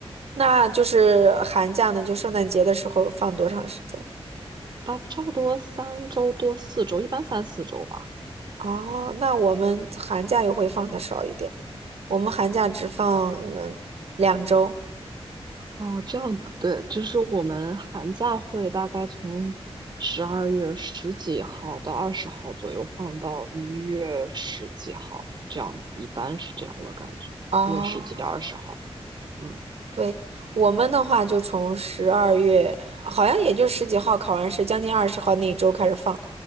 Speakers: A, on the right; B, on the right.
A: 那就是寒假呢，就圣诞节的时候放多长时间？
B: 大差不多三周多四周，一般三四周吧。
A: 哦，那我们寒假又会放的少一点，我们寒假只放嗯两周。
B: 哦，这样子，对，就是我们寒假会大概从十二月十几号到二十号左右放到一月十几号，这样子，一般是这样，我感觉一月十几、
A: 哦。
B: 二十号，嗯，
A: 对，我们的话就从十二月，好像也就十几号考完试，将近二十号那一周开始放，